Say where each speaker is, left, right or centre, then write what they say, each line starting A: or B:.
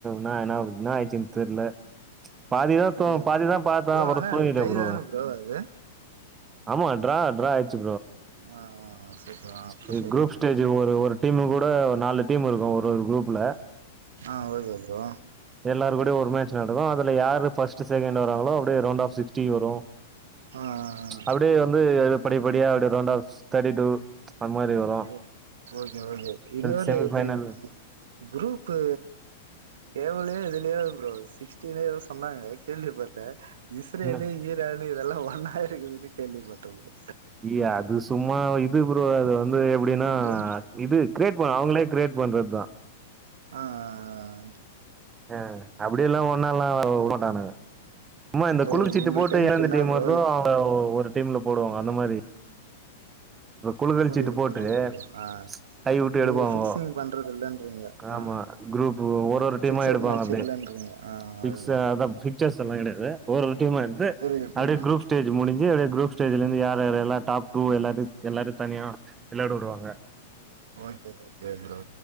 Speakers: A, on the right (about 20°); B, on the right (about 70°).
A: ன ன என்ன ஆயிடுச்சுன்னு தெர்ல பாதிதா
B: புரியுது
A: தோ பாதிதா பாத்த
B: ப்ரோ
A: அப்பறோ
B: ஆனா
A: தூக்கிட்ட
B: அது டை
A: ப்ரோ
B: தான அது
A: ஆமா ட்ரா ட்ரா ஆயிச்சு
B: ஆ சூப்பர் ஆ
A: இது
B: சூப்பர்
A: குரூப் ஸ்டேஜ் ஒரு ஒரு டீமு கூட ஒரு நாலு டீம் இருக்கும் ஒரு ஒரு குரூப்ல
B: ஆ ஓகே ப்ரோ
A: எல்லாரு கூடயோ ஒரு மேட்ச் நடக்கும் அதுல யாரு ஃபஸ்ட் செகண்ட் வராங்களோ அப்டியே ரவுண்ட் ஆஃப் சிக்ஸ்டி வரும்
B: ஆ ஆ
A: அப்டியே வந்து படி படியா அப்டியே ரவுண்ட ஆஃப் தேர்ட்டி டூ அந் மாரி வரும்
B: ஓ ஓகே ஓகே இன்னொரு
A: செமிஃபைனல்
B: இது கு குரூப்பு கேவலயோ இதுயோ ப்ரோ சிஸ்டீனோ ஏதோ சொன்னாங்க கேள்வி பட்ட இசரேலு
A: என்ன
B: ஈரான் இதல்லா ஒன்னா இருக்குதுனு கேள்வி பட்ட ப்ரோ
A: இய அது சும்மா இது ப்ரோ அது வந்து எப்டி இப்டின்னா
B: ப்ரோ
A: இது கிரியேட் பண்ண அவங்களே கிரியேட் பண்றது தான்
B: அ அ
A: அ அப்டியெல்லா ஒன்னால்லா உடமாட்டானுங்க சும்மா இந்த
B: இப்போ
A: குழுச்சீட்டு
B: உங்க
A: போட்டு
B: கணிப்பு
A: எந்த எந்த
B: என்ன
A: டீம்
B: ப்ரோ
A: வருதோ அவங்க ஒரு டீம்ல போடுவாங்க அந்த மாரி இப்ப குழுகல்லு
B: புரியுது
A: சீட்டு போட்டு
B: புரியுது ப்ரோ ஆ
A: ம்ச் கய உட்டு
B: இவங்க
A: எடுப்பாவோ
B: ஃபிக்சிங் பண்றது இல்லன்றீங்க ஆ
A: ஆமா குரூப்பு ஒரு ஒரு டீமா
B: ஃபிக்சட்
A: எடுப்பாங்க
B: மேட்ச்
A: அப்டே
B: இல்லன்றீங்க ஆ
A: பிக்ஸா
B: அதுதா
A: எல்லா கெடயாது ஒரு ஒரு டீமா எடுத்து
B: புரியுது புரியுது
A: அப்டியே குரூப்ஸ் ஸ்டேஜ் முடிஞ்சு அப்டியே குரூப் ஸ்டேஜ்ல இருந்து யாரு யார் எல்ல டாப் டூ வோ எல்லாத்தயு எல்லாரும் தனியா வெளாடவுடுவாங்க
B: ஓக்கே ஓகே ப்ரோ